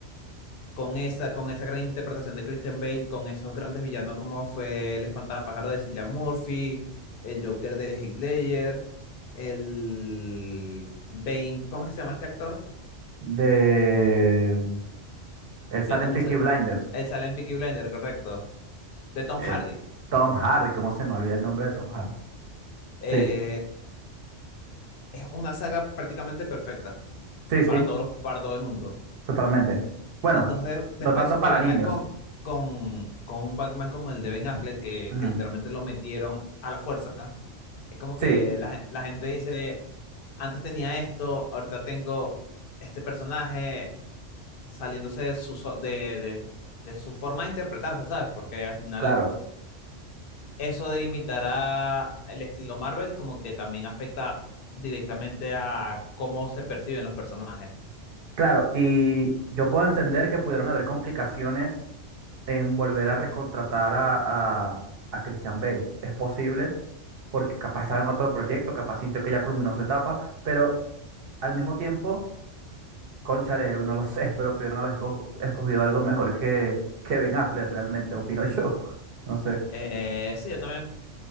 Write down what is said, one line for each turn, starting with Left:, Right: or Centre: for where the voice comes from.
Left: con esa, con esa gran interpretación de Christian Bale, con esos grandes villanos como fue el Espantapájaro de Cillian Murphy, el Joker de Heath Ledger, el Bane, ¿cómo es que se llama este actor?
Right: De... Él sale
Left: Que él también
Right: en Peaky
Left: sa-
Right: Blinders.
Left: él sale en Peaky Blinder, correcto, de Tom
Right: el
Left: Hardy.
Right: Tom Hardy, ¿cómo se me olvida el nombre de Tom Hardy?
Left: Eh,
Right: Sí,
Left: es una saga prácticamente perfecta
Right: sí, sí.
Left: para todos los, para todo el mundo.
Right: Totalmente. Bueno,
Left: Entonces, después
Right: no tanto
Left: de eso,
Right: para
Left: que vengan
Right: niños.
Left: con, con, con un Batman como el de Ben Affleck, que,
Right: Ujú.
Left: que literalmente lo metieron a la fuerza, es como que
Right: Sí,
Left: la, la gente dice, antes tenía esto, ahorita tengo este personaje saliéndose de su, so- de, de- de su forma de interpretarse, ¿sabes? Porque al final
Right: claro.
Left: eso de imitar a el estilo Marvel como que también afecta directamente a cómo se perciben los personajes.
Right: Claro, y yo puedo entender que pudieron haber complicaciones en volver a recontratar a, a, a Christian Bale. Es posible, porque capaz estaba en otro proyecto, capaz sintió que ya culminó su etapa, pero al mismo tiempo, cónchale, no lo <laughs> sé, pero pudieron haber esco- escogido algo mejor que, que Ben Affleck realmente, opino yo. <laughs> No sé.
Left: Eh, sí, yo también,